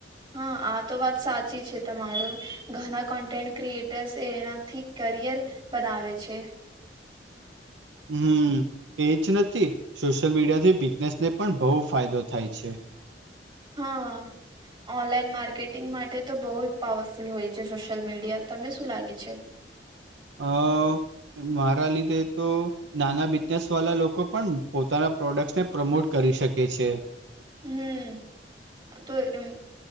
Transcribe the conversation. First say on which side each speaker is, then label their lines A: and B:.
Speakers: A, on the right (about 30°); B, on the right (about 75°).
A: હા આ તો વાત સાચી છે તમારું ઘણા કન્ટેન્ટ ક્રિએટર્સ એનાથી કરિયર. બનાવે છે.
B: હમ એજ નથી સોશિયલ મીડિયા થી બિઝનેસ ને પણ બહુ ફાયદો થાય છે.
A: હા. ઓનલાઈન માર્કેટિંગ માટે તો બહુ પાવરફુલ હોય છે સોશિ્યલ મીડિયા તને શું લાગે છે.
B: અ મારા લીધે તો. નાના બિઝનેસ વાળા લોકો પણ પોતાના પ્રોડક્ટ ને પ્રમોટ કરી શકે છે.
A: હમ તો એમ.